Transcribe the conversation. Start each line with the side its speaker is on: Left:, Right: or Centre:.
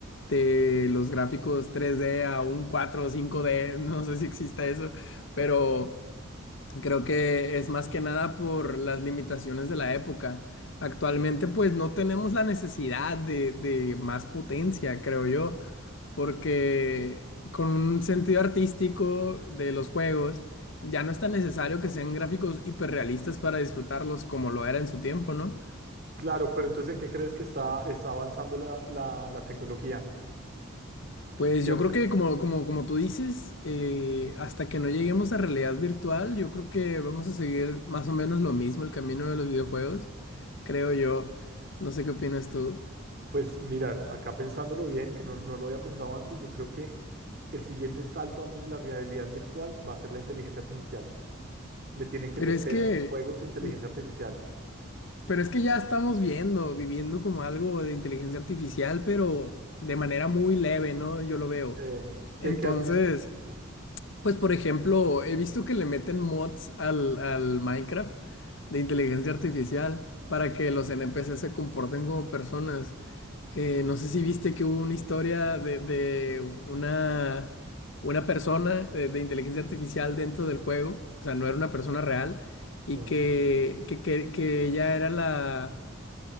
Left: de los gráficos 3D a un 4 o 5D, no sé si exista eso, pero creo que es más que nada por las limitaciones de la época. Actualmente pues no tenemos la necesidad de, de más potencia, creo yo, porque con un sentido artístico de los juegos ya no es tan necesario que sean gráficos hiperrealistas para disfrutarlos como lo era en su tiempo, ¿no?
Right: Claro, pero entonces, ¿en qué crees que está, está avanzando la, la, la tecnología?
Left: Pues
Right: en qué
Left: yo creo que como, como, como tú dices, eh, hasta que no lleguemos a realidad virtual, yo creo que vamos a seguir más o menos lo mismo, el camino de los videojuegos, creo yo. No sé qué opinas tú.
Right: Pues mira, acá pensándolo bien, que no, no lo había pensado antes, yo creo que el siguiente salto antes de la realidad virtual va a ser la inteligencia artificial. Le tienen que
Left: Pero
Right: meter
Left: es que,
Right: a los juegos inteligencia
Left: sí,
Right: artificial.
Left: pero es que ya estamos viendo, viviendo como algo de inteligencia artificial, pero de manera muy leve, ¿no? Yo lo veo.
Right: Sí.
Left: Entonces...
Right: ¿Qué, qué has visto?
Left: Pues por ejemplo, he visto que le meten mods al, al Minecraft de inteligencia artificial para que los NPC se comporten como personas. Eh, no sé si viste que hubo una historia de, de una, una persona de, de inteligencia artificial dentro del juego, o sea, no era una persona real, y
Right: Sí.
Left: que, que, que, que ella era la